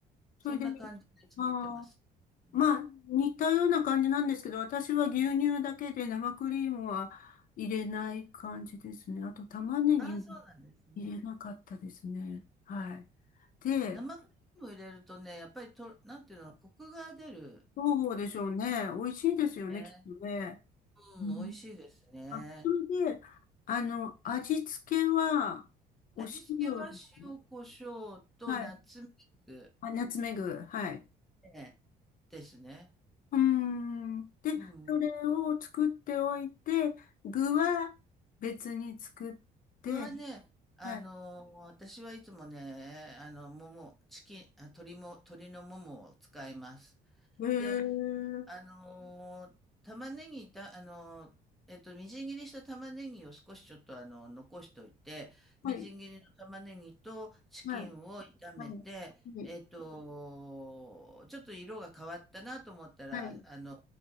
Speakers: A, on the left; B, in the centre.
A: それで、
B: そんな感じで作ってます。
A: まあ
B: うん
A: まあ、似たような感じなんですけど、私は牛乳だけで生クリームは入れない感じですね。あと玉ねぎも
B: ああ、そうなんですね。
A: 入れなかったですね。はい。で、
B: 生クリーム入れるとね、やっぱりと、なんていうの、コクが出る。
A: どうでしょうね。美味しいですよね、
B: ね。
A: きっとね。
B: うん、
A: うん
B: 美味しいですね。
A: あ、それで、あの、味付けは、お塩ですね
B: 味付けは塩コショウとナッツメグ、
A: はい。
B: ク
A: あ、ナツメグ。はい。
B: ねですね。
A: うーん。で、
B: うん。
A: それを作っておいて、具は別に作って、
B: 僕はね、あのー私はいつもね、
A: はい。
B: あの、もも、チキン、あ、鶏も、鶏のももを使います。
A: へー。
B: で、あのー玉ねぎた、あのーえっと、みじん切りした玉ねぎを少しちょっとあの、残しといて、
A: はい。
B: みじん切りの玉ねぎとチキンを炒めて、
A: はい。はい。はい。
B: えっと、ちょっと色が変わったなと思ったら、
A: はい。
B: あの、